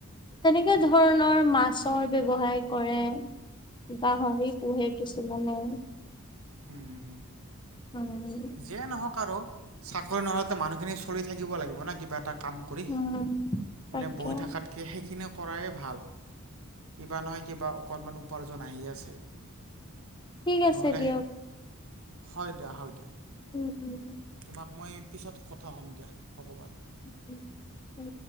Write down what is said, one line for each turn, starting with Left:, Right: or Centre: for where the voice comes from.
Left: তেনেকে ধৰণৰ মাছৰ ব্যৱসায় কৰে গাহৰি পোহে কিছুমানে
Right: হম হম হম
Left: উম
Right: যিয়ে নহওঁক আৰু চাকৰি নহওঁতে মানুহখিনি চল থাকিব লাগিব না কিবা এটা কাম কৰি
Left: উম তাকে
Right: এনেই বহি থকাতকে সেইখিনিয়েও কৰাই ভাল কিবা নহয় কিবা অকণমান উপাৰ্জন আহি আছে নহ'লেহে
Left: ঠিক আছে দিয়ক
Right: হয় দিয়া হয় দিয়া
Left: উম উম
Right: তোমাক মই পিছত কথা কম দিয়া হ'ব বাৰু
Left: উম উম।